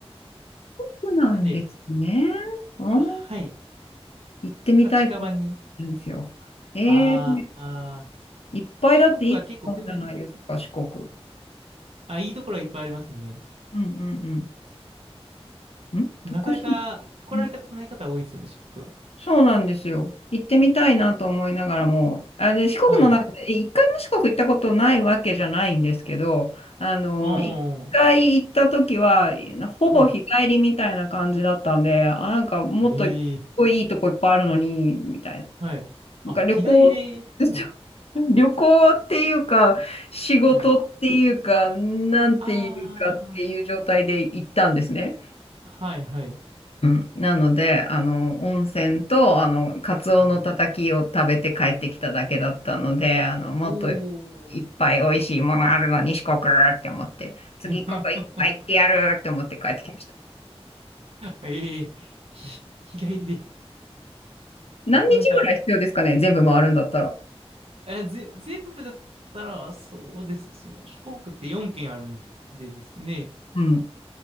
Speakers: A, on the left; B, on the right.
A: そうなんですね。
B: なんで、
A: うん、
B: あはい。
A: 行ってみたいと思ってるんですよ。
B: まあ、近場に。
A: ええ
B: あーあー、
A: いっぱいだっていいとこあるじゃないですか、
B: 四国は結構不便で。
A: 四国。
B: あ、いいところはいっぱいありますね。
A: うんうんうん。ん徳島、
B: なかなか来られたことない方多いですよね、
A: うん
B: 四国は。
A: そうなんですよ。行ってみたいなと思いながらも、あ、で、四国の中で、
B: はい。
A: え一回も四国行ったことないわけじゃないんですけど、あの、
B: あ
A: 一回行った時は、
B: あ、
A: ほぼ日帰りみたいな感じだったんで、
B: はい。
A: あ、なんかもっとい
B: ええ、
A: いとこいっぱいあるのに、みたいな。
B: はい。
A: なんか旅行、
B: あ、日帰りで、
A: <laughs>
B: はい、
A: 旅行っていうか、仕事っていうか、
B: はい。
A: なんていうかっていう状態で行ったんですね。
B: ああ、はい、はい。
A: うん。なので、あの、温泉と、あの、カツオのたたきを食べて帰ってきただけだったので、
B: うん。
A: あの、もっとい
B: おお。
A: っぱい美味しいものあるのに四国って思って、次こそいっぱい行ってやるって思って帰ってきました。
B: <laughs> ええ、ひ日帰りで、
A: 何日ぐらい必要ですかね、
B: なかなか、
A: 全部回るんだったら。
B: え、ぜ、全部だったら、そうですね。その、四国って4県あるんでですね。
A: うん。